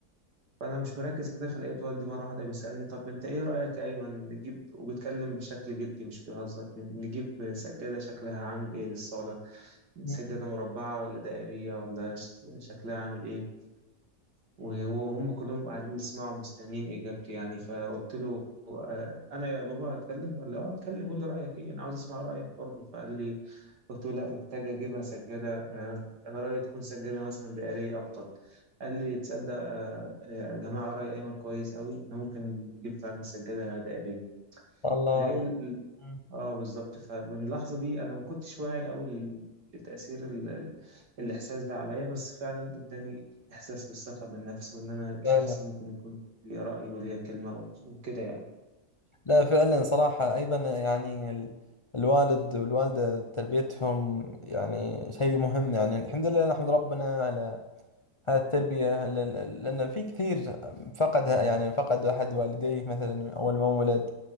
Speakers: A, on the right (about 90°); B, on the left (about 55°).
A: فأنا مش مركز كده فلقيت والدي مرة واحدة بيسألني طب أنت إيه رأيك يا أيمن نجيب وبيتكلم بشكل جدي مش بيهزر نجيب سجادة شكلها عامل إيه للصالة
B: مم.
A: سجادة مربعة ولا دائرية ولا ش- شكلها عامل إيه وهم كلهم قاعدين يسمعوا مستنيين إجابتي يعني فقلت له آه، أنا يا بابا أتكلم؟ قال لي أه أتكلم قول لي رأيك إيه أنا عاوز أسمع رأيك برضه فقال لي قلت له لا محتاج أجيبها سجادة آه، أنا رأيي تكون سجادة مثلا دائرية أفضل قال لي تصدق آه، يا جماعة رأي أيمن كويس أوي إحنا ممكن نجيب فعلا سجادة دائرية
B: الله
A: فهي
B: مم.
A: اه بالظبط فمن اللحظة دي انا ما كنتش واعي قوي ل- لتأثير ال... ال... الاحساس ده عليا بس فعلا اداني احساس بالثقة بالنفس وان انا
B: فعلا
A: شخص ممكن يكون ليه رأي وليه كلمة و- وكده يعني
B: لا فعلا صراحة ايضا يعني ال- الوالد والوالدة تربيتهم يعني شيء مهم يعني الحمد لله نحمد ربنا على التربية ل- ل- لأن في كثير فقدها يعني فقد أحد والديه مثلا أول ما ولد